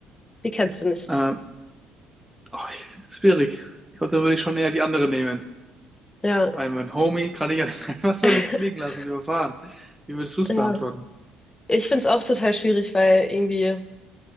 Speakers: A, on the left (about 20°); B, in the centre.
A: Die kennst du nicht.
B: Ähm, Ach, das ist schwierig. Ich glaube, da würde ich schon eher die andere nehmen.
A: Ja,
B: Weil mein Homie kann ich ja nicht <laughs> einfach so
A: <laughs>
B: links liegen lassen und überfahren. Wie würdest du es
A: ja.
B: beantworten?
A: Ich finde es auch total schwierig, weil irgendwie